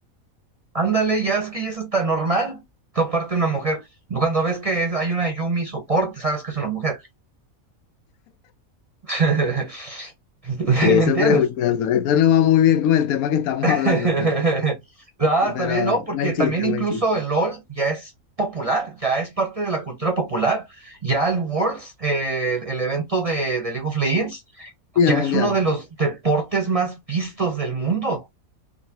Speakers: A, on the right; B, on the left.
A: ándale, ya es que eso está normal, toparte una mujer. Cuando ves que es- hay una Yumi soporte, sabes que es una mujer. <laughs> <laughs> ¿Me
B: Eso
A: entiendes?
B: es prejuicioso. Esto no va muy bien con el tema que estamos
A: <laughs>
B: hablando, pero,
A: Ah, está
B: pero
A: bien, no, porque
B: buen
A: también
B: chiste,
A: incluso
B: buen chiste.
A: el LOL ya es popular, ya es parte de la cultura popular. Ya el Worlds, eh, el evento de, de League of Legends,
B: Y el
A: ya
B: mundial.
A: es uno de los deportes más vistos del mundo.